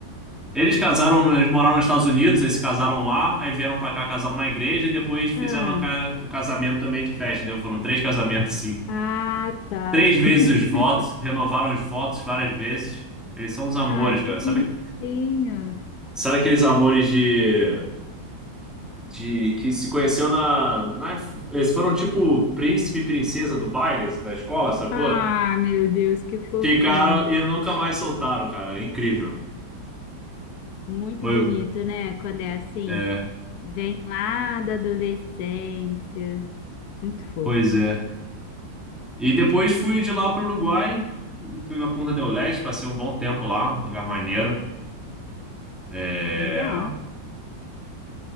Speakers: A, in the centre; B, on the left.
A: Eles casaram, no- eles moraram nos Estados Unidos, eles se casaram lá, aí vieram para cá, casaram na igreja e depois fizeram
B: Ah,
A: a ca- o casamento também de festa, entendeu? Foram três casamentos, sim.
B: ah, tá.
A: Três vezes
B: <laughs>
A: os votos, renovaram os votos várias vezes. Eles são uns amores,
B: Ah,
A: cara.
B: que bonitinho.
A: Sabe, sabe aqueles amores de de que se conheceu na, na- eles foram tipo príncipe e princesa do baile da escola, sacou?
B: Ah, meu Deus, que fofinho.
A: Ficaram e nunca mais soltaram, cara. É Incrível.
B: Muito
A: Foi,
B: bonito, né? Quando é assim,
A: é,
B: vem lá da adolescência. Muito fofo.
A: pois é. E depois fui de lá pro Uruguai e fui pra Punta del Este, passei um bom tempo lá, um lugar maneiro. É,
B: Legal.